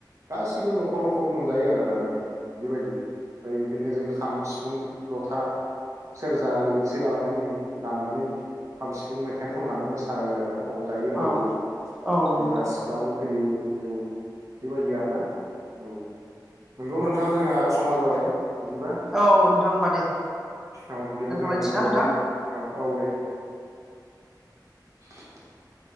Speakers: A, on the right (about 40°); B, in the centre.
A: गासैनिबो न'खर न'खर मोनजायो आरोना जोङो बेबायदि ओमफ्राय बिदिनो जों खाम सिफुं जथा सेरजा लोगोसे लानानै जों दामनानै खाम सिफुं मेथाइ खननानै मोसा सायो आरो ना रंजायो आरो
B: औ
A: बेबायदि
B: औ
A: सेंग्रा
B: नंगौ
A: सिख्लाबो फैयो औ बेबायदि आरोना औ नंगौ नोंथाङा जोंहा समा जाबाय बिदिबा
B: औ नोंथां होमबा दे
A: औ बिदिबा
B: दोनथ'लायनोसै
A: जोंहा दोनथ'बाय
B: ना नोंथां
A: दे औ औ दे <unintelligible>